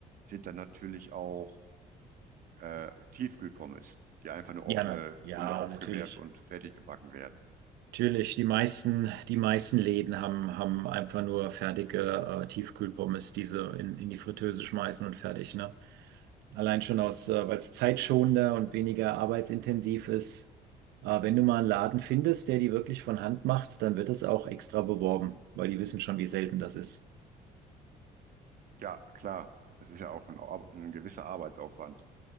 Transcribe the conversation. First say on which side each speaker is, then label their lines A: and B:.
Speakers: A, on the right; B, on the right.
A: sind dann natürlich auch äh, Tiefkühlpommes, die einfach nur au-
B: Ja,
A: äh,
B: na,
A: im
B: ja,
A: Grunde aufgewärmt
B: natürlich.
A: und fertig gebacken werden.
B: Natürlich, die meisten, die meisten Läden haben, haben einfach nur fertige äh, Tiefkühlpommes, die sie in, in die Fritteuse schmeißen und fertig, ne? Allein schon aus, äh, weil es zeitschonender und weniger arbeitsintensiv ist. Äh, wenn du mal einen Laden findest, der die wirklich von Hand macht, dann wird das auch extra beworben, weil die wissen schon, wie selten das ist.
A: Ja, klar, das ist ja auch ein, Ar- ein gewisser Arbeitsaufwand.